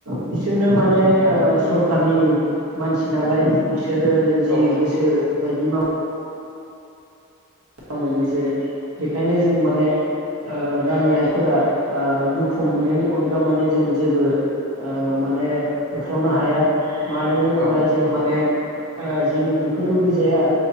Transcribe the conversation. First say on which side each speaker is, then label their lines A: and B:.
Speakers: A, on the right; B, on the right.
A: बिसोरनो माने ओ सरखारनि मानसि नालाय बिसोरो जि
B: औ नोंथां
A: गोसो बायदि मावो खालामो बिसोरो बेखायनो जों माने ओ गामियारिफोरा ओ दुखु मोननायनि अनगा माने जों जेबो ओ माने होख्रावनो हाया। मानो होनोब्ला
B: औ
A: जों माने ओ जों बेखौ लुबैजाया